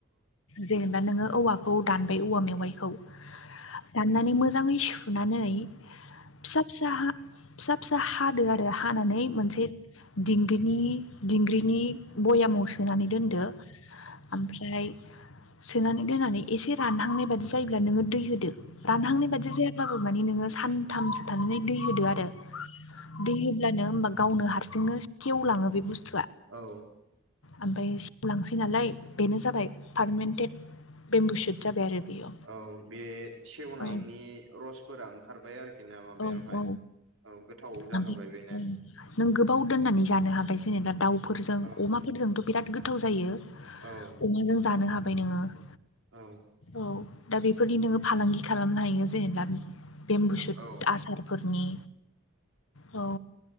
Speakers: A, on the left (about 70°); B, on the right (about 65°).
A: जेनेबा नोङो औवाखौ दानबाय औवा मेवाय खौ राननानै मोजाङै सुनानै फिसा फिसा हा फिसा फिसा हादो आरो हानानै मोनसे दिंगिनि दिंग्रिनि बयामाव सोनानै दोनदो ओमफ्राय सोनानै दोनानै एसे रानहांनाय बादि जायोब्ला नोङो दै होदो, रानहांनाय बादि जायाब्लाबो मानि नोङो सानथामसो थानानै दै होदो आरो। दै होब्लानो होमबा गावनो हारसिंनो सेवलाङो बे बुस्थ
B: औ।
A: ओमफ्राय सिवलांसै नालाय, बेनो जाबाय पारमेनटेट बेम्बु सुट जाबाय आरो। बेयो
B: औ बे सेवनायनि
A: औ
B: रसफोरा ओंखारबाय आरो बिना माबायावहाय
A: औ औ
B: औ गोथाव जाहोबाय
A: ओमफ्राय
B: बेनो।
A: औ नों गोबाव दोननानै जानो हाबाय जेनेबा दाउफोरजों
B: औ
A: अमाफोरजोंथ' बिराद गोथाव जायो।
B: औ
A: अमाजों जानो हाबाय नोङो ।
B: औ
A: औ। दा बेफोरनि नोङो फालांगि खालामनो हायो जेनेबा बेम्बु सुट
B: औ
A: आसारफोरनि औ।